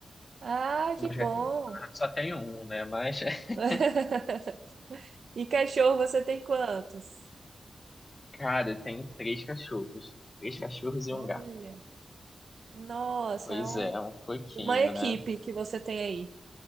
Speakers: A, on the right; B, on the left.
A: Ah,
B: Os
A: que
B: meus gatinhos,
A: bom!
B: na verdade, só tenho um, né? Mas, <laughs>
A: <laughs> E cachorro, você tem quantos?
B: cara, eu tenho três cachorros. Três cachorros e
A: Olha,
B: um gato.
A: nossa,
B: Pois
A: é um-
B: é, um pouquinho,
A: uma equipe
B: né?
A: que você tem aí.